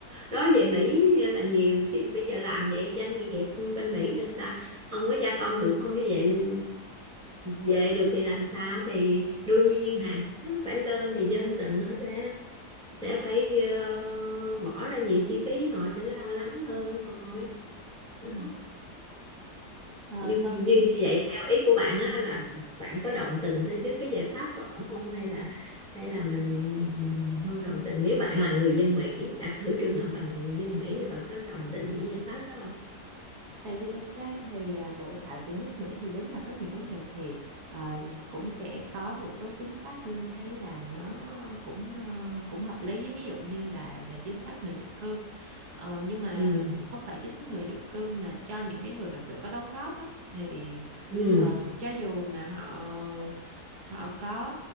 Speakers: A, in the centre; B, on the right.
A: đó về Mỹ là nhiều chứ bây giờ làm vậy doanh nghiệp bên Mỹ người ta không có gia công được không như vậy về được thì làm sao thì đương nhiên hàng hóa nó phải lên thì dân tình nó sẽ sẽ phải ờ, bỏ ra nhiều chi phí họ sẽ lo lắng hơn thôi
B: Ừ.
A: đó.
B: Ờ,
A: nhưng
B: xong
A: như, như như vậy theo ý của bạn á là bạn có đồng tình thế với cái giải pháp của ổng không hay là hay là mình không đồng tình nếu bạn là người dân Mỹ đặt thử trường hợp bạn là người dân Mỹ thì bạn có đồng tình với giải pháp đó không
B: Tại vì thật ra thì à, nội tại của nước Mỹ thì đúng là có nhiều vấn đề thiệt à, cũng sẽ có một số chính sách Linh thấy là nó cũng à, cũng hợp lý ví dụ như là về chính sách người nhập cư Ờ, nhưng mà
A: ừ
B: không phải chính sách người nhập cư mà cho những cái người thật sự có đóng góp á, thì
A: ừ
B: ờ, cho dù mà họ họ có